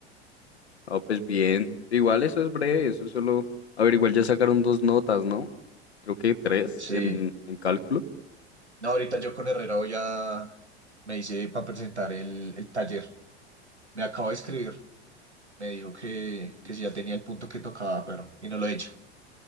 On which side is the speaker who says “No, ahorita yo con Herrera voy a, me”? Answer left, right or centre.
Right